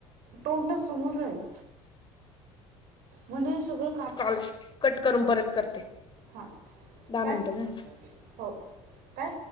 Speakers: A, on the right; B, on the left.
A: तोंड समोर राहील म्हणे सगळं काप
B: कॉल कट करून परत करते.
A: हां
B: दहा
A: काय
B: मिनिटं झाली
A: हो काय?